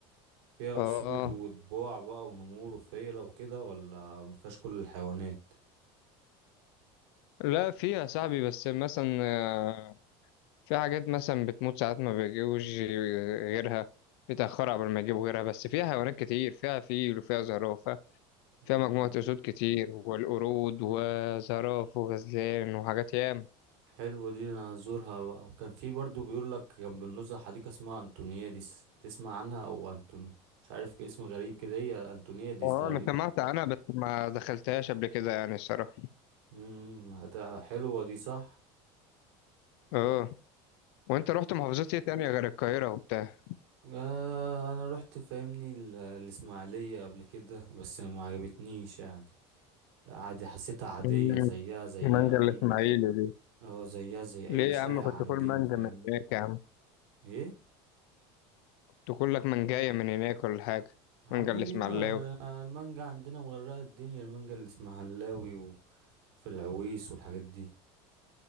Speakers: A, on the right; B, on the left.
A: فيها
B: آه
A: اسود وطباع بقى ونمور وفيلة وكده ولا مفيهاش كل الحيوانات
B: لا فيها يا صاحبي بس مثلا آه، في حاجات مثلا بتموت ساعات ما بيجيبوش غيرها بيتأخروا قبل ما يجيبوا غيرها بس فيها حيوانات كتير فيها فيل وفيها زرافة
A: امم
B: فيها مجموعة أسود كتير والقرود وزراف وغزلان وحاجات ياما
A: حلوة دي انا هزورها بقى وكان في برضو بيقول لك جنب النزهة حديقة اسمها انتونياديس تسمع عنها او انتون مش عارف كده اسم غريب كده هي انتونياديس
B: اه
A: تقريبا
B: أنا سمعت عنها بس ما دخلتهاش قبل كده يعني الصراحة
A: امم حلوة دي صح
B: اه وأنت رحت محافظات إيه تانية غير القاهرة وبتاع؟
A: آه، انا رحت فاهمني ال- الاسماعيليه قبل كده بس ما عجبتنيش يعني عادي حسيتها عاديه
B: مم،
A: زيها زي
B: مانجا
A: اي
B: الإسماعيلي دي
A: اه زيها زي اي
B: ليه
A: شارع
B: يا عم كنت
A: عندنا
B: كل مانجا
A: فاهمني
B: من هناك يا عم
A: ايه
B: كنت كل لك منجاية من هناك ولا حاجة
A: عمال
B: مانجا الإسماعيلاوي
A: ايه ما المانجا عندنا مغرقه الدنيا المانجا اللي اسمها هلاوي وفي العويس والحاجات دي